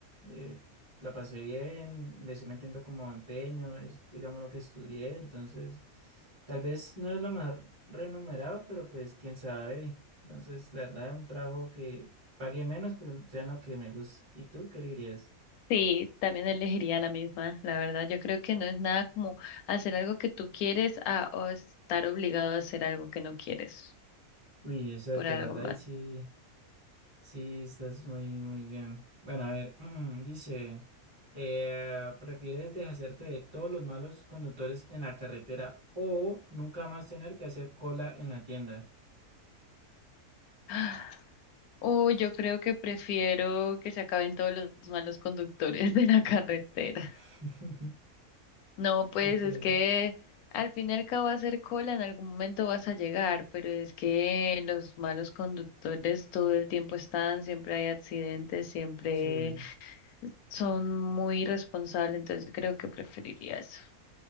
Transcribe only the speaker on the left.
Sí, también elegiría la misma, la verdad. Yo creo que no es nada como hacer algo que tú quieres a, o estar obligado a hacer algo que no quieres
por algo
más.
<gasps> O yo creo que prefiero que se acaben todos los malos conductores <laughs> de la carretera.
No, pues
es que al fin y al cabo hacer cola en algún momento vas a llegar, pero es que los malos conductores todo el tiempo están, siempre hay accidentes, siempre
son muy irresponsables, entonces creo que preferiría eso.